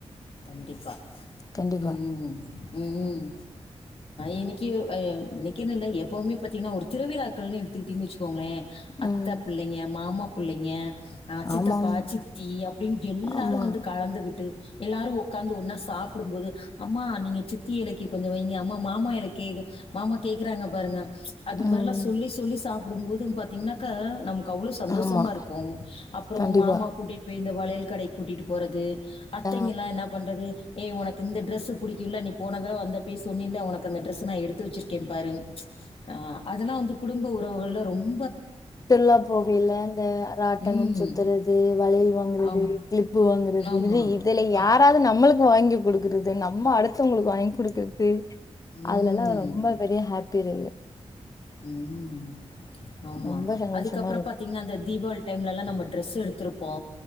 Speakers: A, on the left; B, on the left.
A: கண்டிப்பா
B: கண்டிப்பா
A: உம்ஹ் உம்ஹ் இன்னைக்கு இன்னைக்கன்ன இல்லை எப்பவுமே பாத்தீங்கன்னா ஒரு திருவிழாக்கள்னு எடுத்துக்கிட்டிங்க வச்சுக்கோங்களேன் அத்தை
B: ம்
A: பிள்ளைங்க மாமா பிள்ளைங்க அஹ் சித்தப்பா
B: ஆமா ஆமா
A: சித்தி அப்படின்னு எல்லாரும்
B: ஆமா
A: வந்து கலந்துகிட்டு எல்லாரு உட்காந்து ஒன்னா சாப்டும்போது அம்மா நீங்க சித்தி எலைக்கு கொஞ்ச வைங்க அம்மா மாமா எலைக்கு மாமா கேட்குறாங்க பாரு அது மாரிலா
B: ம்
A: சொல்லி சொல்லி சாப்பி போடும்போது பாத்தீங்கன்னா நமக்கு அவ்வளவு சந்தோஷமா
B: ஆமா
A: இருக்கும் அப்புற
B: கண்டிப்பா
A: மாமா கூட்டிட்டு போய் இந்த வளையல் கடைக் கூட்டிட்டு போறது பாத்தீங்களா
B: ஆ
A: என்னா பண்றது ஏ உனக்கு இந்த ட்ரெஸ் புடிக்குல நீ போனதட வந்த போய் சொன்னில உனக்கு அந்த டரெஸ்ஸை நா எடுத்து வச்சருக்கே பாரு ஆஹ் அதெல்லா வந்து குடும்ப உறவுகள்ள ரொம்
B: சுற்றுலாப் போகையில இந்த ராட்டன
A: ம்.
B: சுத்துறது வளயல் வாங்கறது
A: ஆமா.
B: கிளிப்பு வாங்கிறது
A: ஆமா.
B: இது இதுல
A: அ.
B: யாராவது நம்மளுக்கு வாங்கி கொடு நம்ம அடுத்தவங்களுக்கு வாங்கி கொடு து து
A: ம்.
B: அதுலல்லா ரொம்ப பெரிய ஹாப் பிறகு
A: உம் ஆமா
B: ரொம்ப சந்தோஷமா
A: அதுக்கப்பற
B: இருக்கு
A: பாத்தீங்கன்னா அந்த தீபாவள் டைம்லா நம்ம டிரெஸ் எடுத்திருப்போ